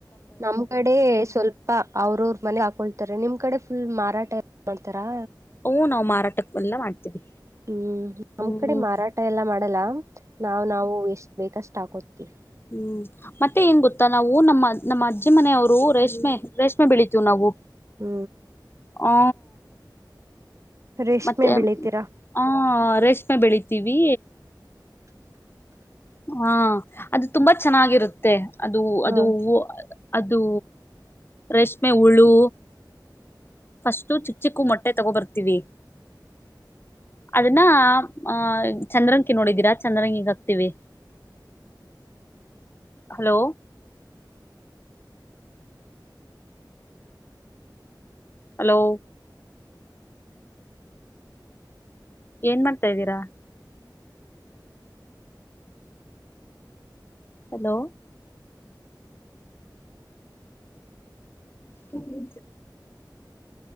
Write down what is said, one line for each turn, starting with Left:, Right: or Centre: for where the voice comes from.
Right: ನಮ್ ಕಡೆ ಸ್ವಲ್ಪ ಅವ್ರವ್ರ ಮನೆ ಹಾಕೊಳ್ತಾರೆ ನಿಮ್ ಕಡೆ ಫುಲ್ ಮಾರ್ ಪರಾಟೆ ಮಾಡ್ತಾರಾ
Left: ಹೂ ನಾವು ಮಾರಾಟಕ್ಕೆವೆಲ್ಲ ಮಾಡ್ತೀವಿ
Right: ಹೂ ನಮ್
Left: ಹ್ಮ್
Right: ಕಡೆ ಮಾರಾಟ ಎಲ್ಲಾ ಮಾಡಲ್ಲ ನಾವು ನಾವು ಎಷ್ಟ್ ಬೇಕಷ್ಟ ಹಾಕೋತೀವಿ
Left: ಹೂ ಮತ್ತೆ ಏನ್ ಗೊತ್ತಾ ನಾವು ನಮ್ಮ ನಮ್ಮ ಅಜ್ಜಿ ಮನೆಯವರು ರೇಷ್ಮೆ ರೇಷ್ಮೆ ಬೆಳಿತವಿ ನಾವು
Right: ಹೂ
Left: ಆ
Right: ರೇಷ್ಮೆ
Left: ಮತ್ತೆ
Right: ಬೆಳಿತೀರಾ
Left: ಹಾ ರೇಷ್ಮೆ ಬೆಳಿತೀವಿ ಹಾ ಅದು ತುಂಬಾ ಚೆನ್ನಾಗಿರುತ್ತೆ ಅದು ಅದು
Right: ಹಾ
Left: ಅದು ರೇಷ್ಮೆ ಹುಳು ಫಸ್ಟ್ ಚಿಕ್ಕ ಚಿಕ್ಕು ಮೊಟ್ಟೆ ತಗೋಬರ್ತೀವಿ ಅದನ್ನ ಆಹ ಚಂದ್ರಕಿ ನೋಡಿದೀರಾ ಚಂದ್ರಂಗಿಗ ಹಾಕ್ತಿೀವಿ ಹಲೋ ಹಲೋ ಏನ್ ಮಾಡ್ತಾ ಇದ್ದೀರಾ ಹಲೋ ನಿ